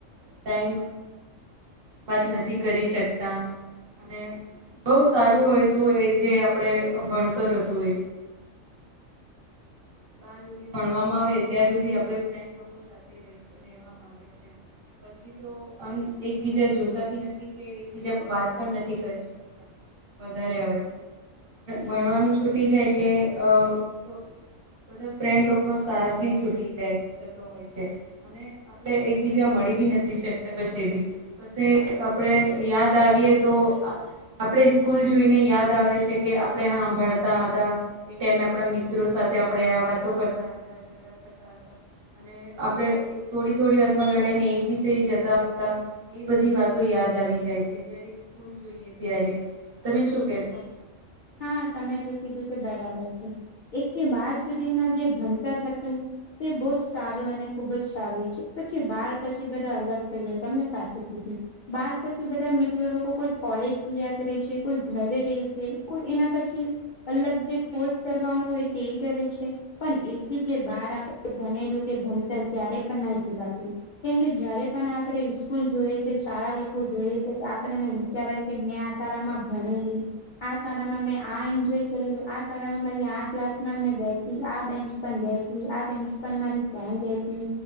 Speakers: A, on the right (about 50°); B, on the left (about 80°).
A: ટાઈમ વાત નથી કરી શકતા અને બહ સારું હોય તું એ જે આપડે ભણત રહેતું હોય બારધ ભણવામાં આવે ત્યાર સુધી આપડ ફન્ડ લોકો સાથે રેવામાં આવે છે પછી તો આમ એકબીજા જોતા બી નથી કે એકબીજા વાત પણ નથી કરી શકતા વધારે હવે ભણવાનું છૂટી જાય એટલે અ બધા ફ્રેન્ડ લોકો નો સાથ બી છૂટી જાય જતો હોય છે અને આપડ એકબીજા ી નથી શકતા બી આપણે યાદ આવીય તો આપણે સ્કૂલ જોઈને યાદ આવે છે કે આપણે હા ભણતા હતા એ ટાઈમે આપણા મિત્રો સાથે આપણે આ વાતો કરતા હતા ઝઘડા કરતા હતા અને આપણે થોડી થોડી વાતમાં લડાઈ ને બી થઈ જતા હતા એ બધી વાતો યાદ આવી જાય છે જયારે સ્કૂલ જોઈએ ત્યારે તમે શું કહેશો?
B: હા તમે જે કીધું તે બરાબર છે એક થી બાર સુધીના જે ભણતર હતું તે બહુ જ સારું અને ખુબ જ સારું હોય છે પછી બાર પછી બધા અલગ થઈ જાય તમને સાચું જ કી બાર પછી બધા મિત્રો લોકો કોઈ કોલેજ વિ્યા કરે છે, કોઈ ઘરે રે છે. કોઈ એના પછી અલગ જે કોર્ષ કરવાનો હોય તે કરે છે, પણ એથી જે બા <inaudible> ભણેલું તે ભણતર ક્યારે પણ નહી ભુલાતું કેમકે જયારે પણ આપણે સ્કૂલ જોય <unintelligible> શાળા લોકો જોએ તો કે આપને વિચાર આયો કે મેં આ સારામાં ભણેલી, આ શારામાં મેં આ એન્જોય કરેલું, આ શારામાં મારી, આ ક્લાસમાં મેં બેતી, આ બેન્ચ પણ બેતી આ બેન્ચ પર મારી બહેન બેહતી